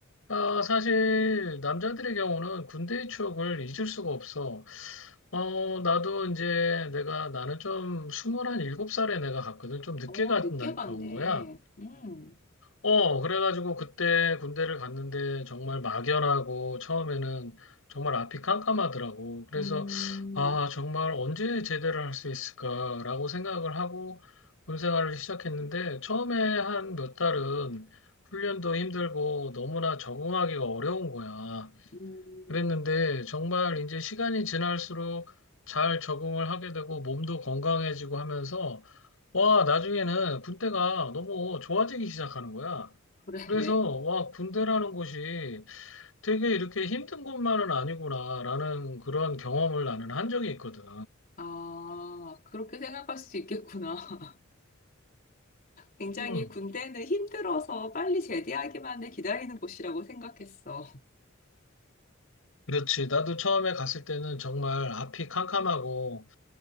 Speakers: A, on the left; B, on the left.
A: 아, 사실 남자들의 경우는 군대의 추억을 잊을 수가 없어. 어, 나도 이제 내가 나는 좀 스물한 일곱 살에 내가 갔거든. 좀 늦게
B: 어,
A: 간,
B: 늦게 갔네.
A: 간 거야.
B: 음,
A: 어, 그래가지고 그때 군대를 갔는데 정말 막연하고 처음에는 정말 앞이 깜깜하더라고. 그래서
B: 음,
A: 아, 정말 언제 제대를 할 수 있을까라고 생각을 하고 군 생활을 시작했는데 처음에 한 몇 달은 훈련도 힘들고 너무나 적응하기가 어려운 거야.
B: 음,
A: 그랬는데 정말 이제 시간이 지날수록 잘 적응을 하게 되고 몸도 건강해지고 하면서 와, 나중에는 군대가 너무 좋아지기 시작하는 거야.
B: 그래.
A: 그래서 와, 군대라는 곳이 되게 이렇게 힘든 곳만은 아니구나라는 그런 경험을 나는 한 적이 있거든.
B: 아, 그렇게 생각할 수 있겠구나. <laughs> 굉장히
A: 음.
B: 군대는 힘들어서 빨리 제대하기만을 기다리는 곳이라고 생각했어.
A: 그렇지. 나도 처음에 갔을 때는 정말 앞이 캄캄하고,